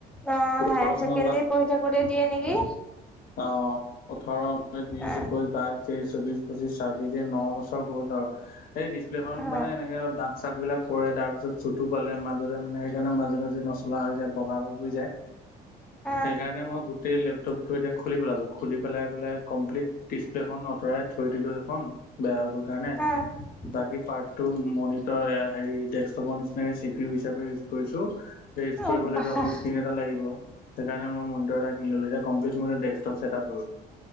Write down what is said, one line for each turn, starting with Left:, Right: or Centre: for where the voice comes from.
Centre: অ
Left: <unintelligible>
Centre: হায়াৰ ছেকেণ্ডৰী পঢ়ি থাকোতে দিয়ে নেকি
Left: অ', ওঠৰ, ঊনৈশ, বিশ,
Centre: অ
Left: একৈশ, বাইশ, তেইশ চৌবিশ পঁচিশ ছাব্বিশ এই ন' বছৰ গ'ল আওঁ, সেই ডিচপ্লেখন
Centre: অ
Left: মানে এনেকে দাগ চাক বিলাক পৰে তাৰ পিছত চুটো পালে মাজতে মা সেইকাৰণে মাজে মাজে নচলা হৈ যায়, বগা পৰি পৰি যায়।
Centre: অ
Left: সেইকাৰণে মই গোটেই লেপটপটো এতিয়া খুলি পেলালো, খুলি পেলাই বোলে কমপ্লিট ডিচপ্লেখন অতৰাই থৈ দিলো সেইখন, বেয়া হৈ গ'ল কাৰণে।
Centre: অ
Left: বাকী পাৰ্টটো মনিটৰ এ হেৰি ডেকচটপৰ নিচিনাকে চি পি ইউ হিচাপে ইউচ কৰিছো। ইউচ কৰিবলে
Centre: অ বাহ
Left: তাপা স্ক্ৰিন এটা লাগিব। সেইকাৰণে মই মনিটৰ এটা কিনি ল'লো, এতিয়া কমপ্লিট মো এতিয়া ডেকচটপ চেতআপ হৈ গ'ল।